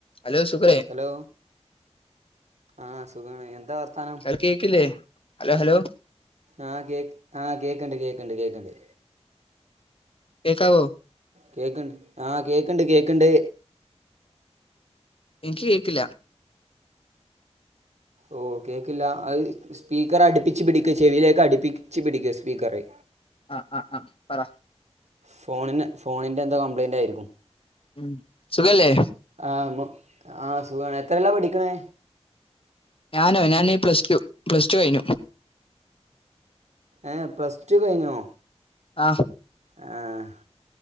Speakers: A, on the left; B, on the right.
A: Hello സുഖല്ലേ
B: hello ആഹ് സുഖാണ് എന്താ വർത്താനം
A: അത് കേക്കില്ലേ ഹലോ ഹലോ
B: ആഹ് കേക്ക് ആഹ് കേക്ക്‌ണ്ട് കേക്ക്‌ണ്ട് കേക്ക്‌ണ്ട്
A: കേക്കാവോ
B: കേക്ക്‌ണ്ട് ആഹ് കേക്ക്‌ണ്ട് കേക്ക്‌ണ്ട്
A: എനിക്ക് കേക്കില്ല
B: ഓ കേക്കില്ല അത് സ്പീക്കറടുപ്പിച്ച് പിടിക്ക ചെവിയിലേക്ക് അടുപ്പിച്ച് പിടിക്കെ സ്പീക്കറെ
A: ആഹ് ആഹ് ആഹ് പറ
B: ഫോണിന് ഫോണിന്റെന്തോ കംപ്ലയിന്റ് ആയിരിക്കും
A: ഉം സുഖല്ലേ
B: ആഹ് മു ആഹ് സുഖാണ് എത്രേല്ലാ പഠിക്ക്‌ണേ
A: ഞാനോ ഞാന് ഈ പ്ലസ്ടു പ്ലസ്ടു കഴിഞ്ഞു
B: ഏഹ് പ്ലസ് ടു കഴിഞ്ഞോ
A: ആഹ്
B: ആഹ്